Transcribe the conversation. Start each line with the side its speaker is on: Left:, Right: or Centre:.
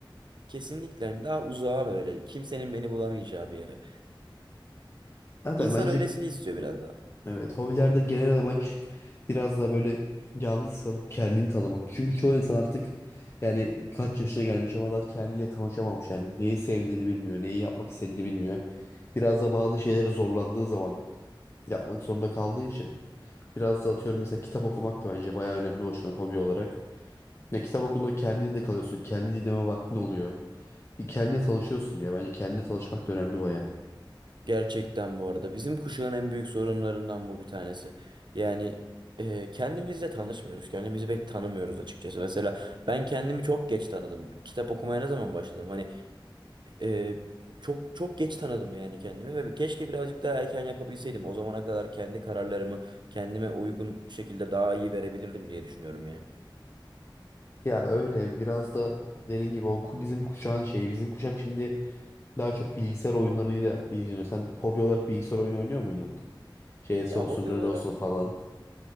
Right: Kesinlikle hani daha uzağa böyle kimsenin beni bulamayacağı bir yere.
Left: Zaten
Right: İnsan
Left: bence
Right: öylesini istiyor biraz da.
Left: Evet, hobilerde genel amaç biraz daha böyle yalnız kalıp kendini tanımak. Çünkü çoğu insan artık yani kaç yaşına gelmiş ama daha kendiyle tanışamamış. Yani neyi sevdiğini bilmiyor, neyi yapmak istediğini bilmiyor. Biraz da bazı şeyleri zorlandığı zaman yapmak zorunda kaldığı için biraz da atıyorum mesela kitap okumak da bence bayağı önemli hoşlan yüzden hobi olarak. Ya kitap okunduğunda kendinde kalıyorsun, kendi dinleme vaktin oluyor. Bir kendine tanışıyorsun ya bence kendine tanışmak da önemli bayağı.
Right: Gerçekten bu arada bizim kuşağın en büyük sorunlarından bu bir tanesi. Yani e, kendimizle tanışmıyoruz. Kendimizi pek tanımıyoruz açıkçası. Mesela ben kendimi çok geç tanıdım. Kitap okumaya ne zaman başladım? Hani e, çok çok geç tanıdım yani kendimi ve keşke birazcık daha erken yapabilseydim. O zamana kadar kendi kararlarımı kendime uygun şekilde daha iyi verebilirdim diye düşünüyorum yani.
Left: Ya öyle biraz da dediğin gibi o ku- bizim kuşağın şeyi bizim kuşak şimdi Daha çok bilgisayar oyunlarıyla ilgileniyorsun. Sen hobi olarak bilgisayar oyunu oynuyor muydun? CS
Right: Ya
Left: olsun,
Right: hobi
Left: LoL
Right: olarak
Left: olsun falan.